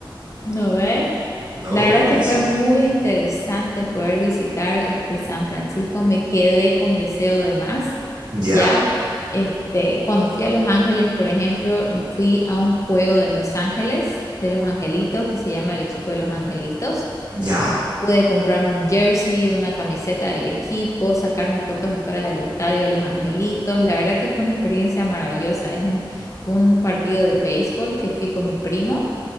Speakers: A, on the left; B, on the right.
A: ¿no ves?
B: No,
A: La verdad
B: buenísimo.
A: que fue muy interesante poder visitar este San Francisco. Me quedé con deseo de más.
B: ¿Ya?
A: Ya, este, cuando fui a Los Ángeles, por ejemplo, fui a un juego de Los Ángeles, de los Angelitos, que se llama el equipo de los Angelitos.
B: ¿Ya?
A: Pude comprarme un jersey, una camiseta del equipo, sacarme fotos afuera del estadio de los Angelitos. La verdad que fue una experiencia maravillosa. Es un, fue un partido de béisbol que fui con mi primo.